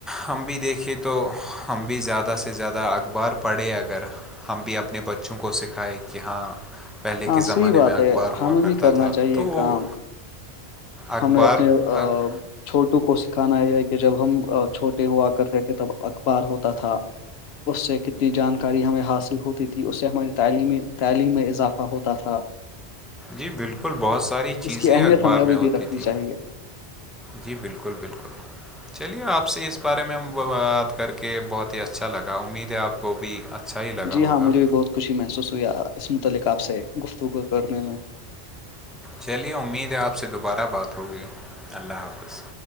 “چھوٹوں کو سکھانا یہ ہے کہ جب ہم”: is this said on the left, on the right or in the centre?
Left